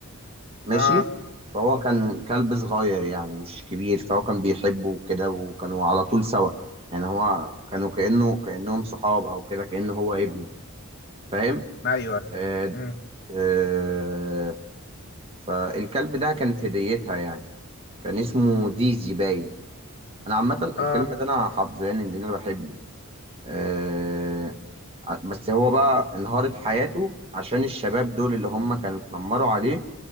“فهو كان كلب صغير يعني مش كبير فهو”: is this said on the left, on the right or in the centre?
Right